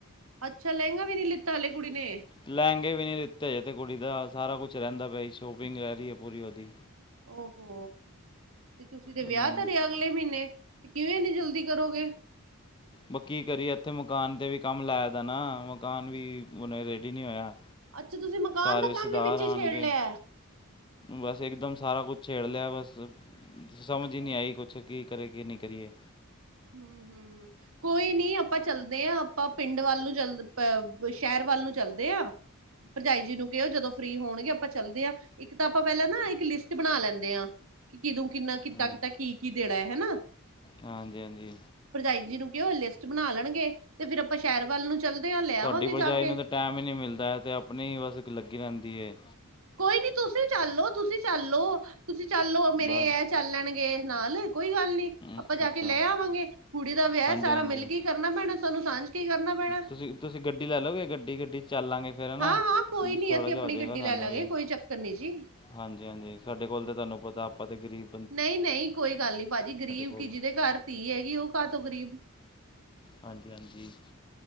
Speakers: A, on the right; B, on the left.
A: ਅੱਛਾ ਲਹਿੰਗਾ ਵੀ ਨਹੀਂ ਲਿੱਤਾ ਹਲੇ ਕੁੜੀ ਨੇ
B: ਲਹਿੰਗੇ ਵੀ ਨਹੀਂ ਦਿੱਤੇ ਜ ਤੇ ਕੁੜੀ ਦਾ ਸਾਰਾ ਕੁਛ ਰਹਿੰਦਾ ਪਿਆ ਜ ਸ਼ੋਪਿੰਗ ਰਹਿ ਰਹੀ ਹੈ ਪੂਰੀ ਉਹਦੀ
A: ਓ ਹੋੋ ਤੇ ਤੁਸੀਂ ਤੇ
B: ਹੂੰ
A: ਵਿਆਹ ਧਰਿਆ ਅਗਲੇ ਮਹੀਨੇ ਤੇ ਕਿਵੇਂਨੀ ਜਲਦੀ ਕਰੋਗੇ
B: ਬ ਕੀ ਕਰੀਏ ਇੱਥੇ ਮਕਾਨ ਤੇ ਵੀ ਕੰਮ ਲਾਇ ਦਾ ਨਾ ਮਕਾਨ ਵੀਨ ਰੇਡੀ ਨੀ ਹੋਇਆ।
A: ਅੱਛਾ ਤੁਸੀਂ ਮਕਾਨ
B: ਸਾਰੇ
A: ਦਾ
B: ਰਿਸ਼ਤੇਦਾਰ
A: ਕੰਮ ਵੀ ਵਿੱਚ
B: ਆਣਗੇ
A: ਹੀ ਛੇੜ ਲਿਆ
B: ਬਸ ਇੱਕਦਮ ਸਾਰਾ ਕੁਛ ਛੇਡ ਲਿਆ ਬਸ ਸਮਝ ਹੀ ਨਹੀਂ
A: ਹਮ
B: ਆਈ ਕੁਛ ਕੀ ਕਰੇ ਕੀ ਨਹੀਂ ਕਰੀਏ।
A: <unintelligible> ਕੋਈ ਨੀ ਆਪਾਂ ਚੱਲਦੇ ਹਾਂ ਆਪਾਂ ਪਿੰਡ ਵੱਲ ਨੂੰ ਚੱਲ ਸ਼ਹਿਰ ਵੱਲ ਨੂੰ ਚੱਲਦੇ ਹਾਂ। ਭਰਜਾਈ ਜੀ ਨੂੰ ਕਹੋ ਜਦੋਂ ਫ੍ਰਰੀ ਹੋਣਗੇ ਆਪਾਂ ਚੱਲਦੇ ਹਾਂ। ਇੱਕ ਤਾਂ ਆਪਾਂ ਪਹਿਲਾਂ ਨਾ ਇੱਕ ਲਿਸਟ ਬਣਾ ਲੈਂਦੇ ਆ। ਕਿ ਕਿਦੋਂ ਕਿੰਨਾ ਕਿੱ
B: ਹੂੰ,
A: ਕੀਤਾ ਕੀ ਕੀ ਦੇਣਾ ਹੈ ਹਨਾ।
B: ਹਾਂਜੀ ਹਾਂਜੀ।
A: ਭਰਜਾਈ ਜੀ ਨੂੰ ਕਿਹੋ ਲਿਸਟ ਬਣਾ ਲੈਣਗੇ ਤੇ ਫਿਰ ਆਪਾਂ ਸ਼ਹਿਰ ਵੱਲ ਨੂੰ ਚੱਲਦੇ ਹਾਂ ਲੈ
B: ਤੁਹਡੀ
A: ਆਵਾਂਗੇ
B: ਭਰਜਾਈ
A: ਜਾ ਕੇ
B: ਨੂੰ ਤਾਂ ਟਾਈਮ ਹੀ ਨਹੀਂ ਮਿਲਦਾ ਹੈ ਤੇ ਆਪਣੀ ਹੀ ਬਸ ਲੱਗੀ ਰਹਿੰਦੀ ਹੈ।
A: ਕੋਈ ਨੀ ਤੁਸੀਂ ਚੱਲੋ ਤੁਸੀਂ ਚੱਲੋ ਤੁਸੀਂ ਚੱਲੋ ਮੇਰੇ
B: ਬਾਅਦ
A: ਇਹ ਚੱਲ ਲੈਣਗੇ ਨਾਲ। ਕੋਈ ਗੱਲ ਨੀ ਆਪਾਂ
B: ਅੱਛਾ
A: ਜਾ
B: ਅੱਛਾ
A: ਕੇ ਲੈ ਆਵਾਂਗੇ ਕੁੜੀ ਦਾ ਵਿਆਹ
B: ਹਾਂਜੀ
A: ਸਾਰਾ
B: ਹਾਂਜੀ
A: ਮਿਲ ਕੇ ਕਰਨਾ ਪੈਣਾ ਸਾਨੂੰ ਸਾਂਝ ਕੇ ਹੀ ਕਰਨਾ ਪੈਣਾ
B: ਤੁਸੀਂ ਤੁਸੀਂ ਗੱਡੀ ਲੈ ਲਓਗੇ ਗੱਡੀ ਗੱਡੀ ਚੱਲਾਂਗੇ। ਹੈ ਨਾ ਫਿਰ
A: ਹਾਂ ਹਾਂ ਕੋਈ
B: ਨਾ
A: ਨੀ
B: ਥੋੜ੍ਹਾ
A: ਅਸੀਂ
B: ਜਿਹਾ
A: ਆਪਣੀ
B: ਹੋ ਜਾਵੇਗਾ
A: ਗੱਡੀ
B: ਸਾਨੂੰ
A: ਲੈ ਲਾਂਗੇ
B: ਵੀ।
A: ਕੋਈ ਚੱਕਰ ਨੀ ਜੀ
B: ਹਾਂਜੀ ਹਾਂਜੀ ਸਾਡੇ ਕੋਲ ਤਾਂ ਤੁਹਾਨੂੰ ਪਤਾ ਆਪਾਂ ਤੇ ਗ਼ਰੀਬ
A: ਨਹੀਂ ਨਹੀਂ ਕੋਈ ਗੱਲ ਨਹੀਂੀ ਭਾਜੀ ਗ਼ਰੀਬ
B: ਕੋਲ
A: ਕੀ ਜਿਹਦੇ ਘਰ ਧੀ ਹੈਗੀ ਉਹ ਘਾਹ ਤੋਂ ਗ਼ਰੀਬ
B: ਹਾਂਜੀ ਹਾਂਜੀ